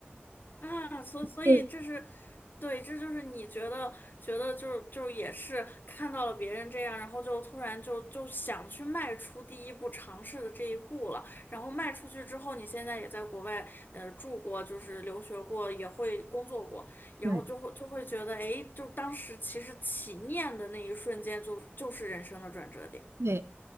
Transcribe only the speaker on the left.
啊，所所以这是，
对，这就是你觉得觉得就是就是也是看到了别人这样，然后就突然就就想去迈出第一步，尝试的这一步了。然后迈出去之后，你现在也在国外呃住过，就是留学过，也会工作过，然后就会就会觉得，
哎，就当时其实起念的那一瞬间就就是人生的转折点。